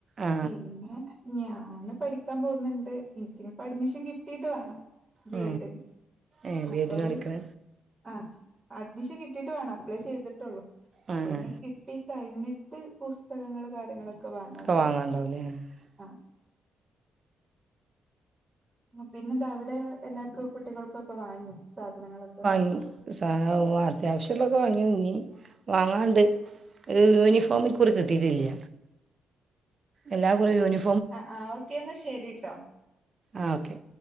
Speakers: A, on the right; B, on the right.
A: ആ
B: പിന്നെ ഞാന് പഠിക്കാൻ പോകുന്നുണ്ട് എനിക്കനിപ്പോ അഡ്മിഷൻ കിട്ടീട്ട് വേണം ബി
A: ആ
B: എഡ്ഡ്
A: ഏ ബീഡിന്
B: അപ്പൊത്
A: അടിക്കണ
B: ആ അഡ്മിഷൻ കിട്ടിയിട്ട് വേണം അപ്ലൈ ചെയ്തിട്ടുള്ളൂ
A: ആ
B: അപ്പൊ ഇനി
A: ആ
B: കിട്ടി കഴിഞ്ഞിട്ട് പുസ്തകങ്ങള് കാര്യങ്ങളൊ ക്കെ വാങ്ങാവിചാരിച്ചു
A: ഒക്കെ വാങ്ങാനുണ്ടാവുമല്ലേ ആ
B: അ പിന്നെന്താ അവിടെ എല്ലാർക്കും കുട്ടികൾക്കൊക്കെ വാങ്യോ സാധനങ്ങളൊക്കെ ബുക്ക്
A: ങ്ങി സാ ഒ വ അത്യാവശ്യള്ളൊക്കെ വാങ്ങി ഞ്ഞി വാങ്ങാണ്ട് ഹ് യൂനിഫോമി പ് ഇക്കുറി കിട്ടീട്ടില്ല എല്ലാകൂറീം യൂനി
B: ആഹ് ആഹ് ഓക്കെ ന്നാശെരിട്ടോ
A: ആ ഓക്കെ